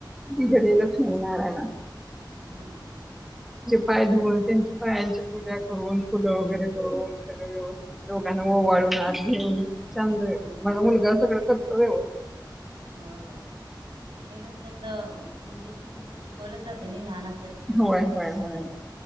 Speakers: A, in the centre; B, on the right (about 90°).
A: ति
B: हा हा
A: घरी लक्ष येणार आहे ना
B: हा हा
A: पायधुऊन त्यांच्या पायांची पूजा करून फुलं वगैरे होन सगळं व्यवस्थित दोघांना ओवाळून हात घेऊन ांंद आहे
B: हा हा
A: मझ मुलगा स वाते
B: होय होय हे तुमच्यात म्हणजे ते तुमत शिकवलंच जाते नाही लहान अस तुमच्या
A: होय
B: ती प्रता
A: होय होय
B: आहे